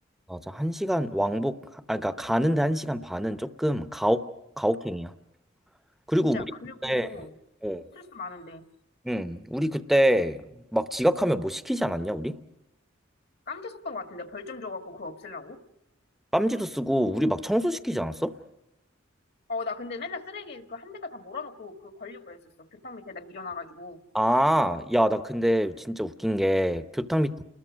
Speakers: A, in the centre; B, on the left (about 55°).
A: 맞아 한 시간 왕복 아 그러니까 가는데 한 시간 반은 조금 가혹 가혹행위야. 그리고
B: 진짜.
A: 우리
B: 그리고,
A: 그때 어,
B: 스트레스 많은데.
A: 응, 우리 그때 막 지각하면 뭐 시키지 않았냐, 우리?
B: 깜지 썼던 것 같은데. 벌 좀 줘갖고 그거 없애려고.
A: 깜지도 쓰고 우리 막 청소시키지 않았어?
B: 어, 나 근데 맨날 쓰레기 그 한 대가 다 몰아놓고 그 걸리고 그랬었어. 교탁 밑에다 밀어놔가지고.
A: 아, 야, 나 근데 진짜 웃긴 게 교탁 밑에